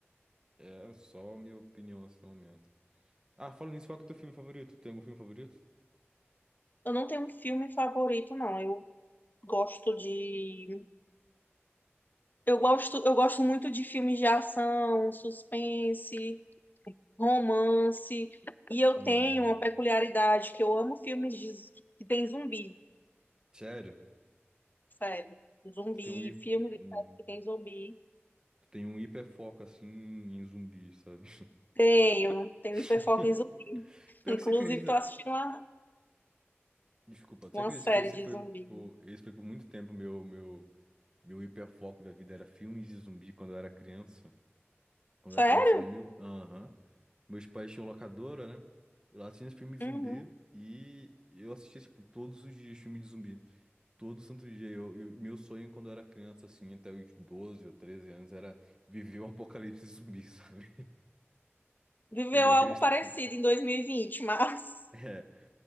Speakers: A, on the right; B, on the left.
A: É só a minha opinião nesse momento. Ah, falando nisso, qual que é o teu filme favorito? Tem algum filme favorito?
B: Eu não tenho um filme favorito, não. Eu gosto de. Eu gosto, eu gosto muito de filmes de ação, suspense, romance. E eu
A: Hum,
B: tenho uma peculiaridade que eu amo filmes de- que tem zumbi,
A: sério?
B: sério. Zumbi,
A: Tu tem um, hi-
B: filmes
A: hum,
B: de série que tem zumbi.
A: tu tem um hiperfoco, assim, em zumbi, sabe?
B: Tenho,
A: <laughs>
B: tenho hiperfoco em zumbi. <laughs>
A: Pior
B: Inclusive,
A: que você acredita.
B: tô assistindo uma,
A: Desculpa, você
B: uma
A: acredita
B: série
A: que esse
B: de
A: foi
B: zumbi.
A: por, esse foi por muito tempo meu, meu, meu hiperfoco da vida era filmes de zumbi quando eu era criança? Quando
B: Sério?
A: era criança era mil. Aham. Meus pais tinham locadora, né? E lá tinha filme de
B: Uhum.
A: zumbi. E eu assistia, tipo, todos os dias filme de zumbi. Todo santo dia. Eu, eu- meu sonho quando eu era criança, assim, até os 12 ou 13 anos, era viver um apocalipse zumbi, <laughs> sabe?
B: Viveu
A: Porque eu acreditava.
B: algo parecido em 2020, mas
A: É,